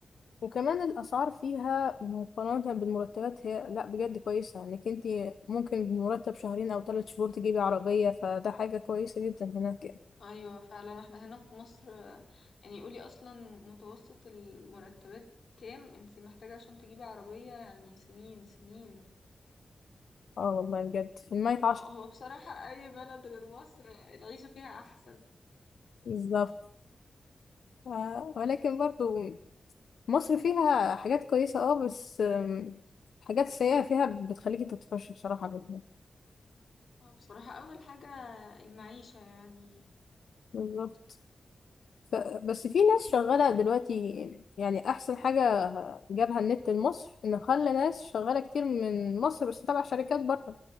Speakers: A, on the left; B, on the left.
A: وكمان الأسعار فيها مقارنة بالمرتبات هي لأ بجد كويسة إنك انتي ممكن بمرتب شهرين أو ثلاث شهور تجيبي عربية فده حاجة كويسة جدا هناك يعني.
B: ايوه فعلا احنا هنا في مصر آه، يعني قولي اصلا متوسط المرتبات كام انتي محتاجة عشان تجيبي عربية يعني سنين سنين
A: اه والله بجد في المية عشرة
B: هو هو بصراحة اي بلد غير مصر العيشة فيها احسن
A: بالظبط آه ولكن برضو مصر فيها حاجات كويسة اه بس آم، الحاجات السيئة فيها بتخليكي تطفشي بصراحة منها
B: هو بصراحة اول حاجة المعيشة يعني
A: بالظبط ف... بس في ناس شغالة دلوقتي يعني أحسن حاجة جابها النت لمصر إن خلى ناس شغالة كتير من مصر بس تبع شركات بره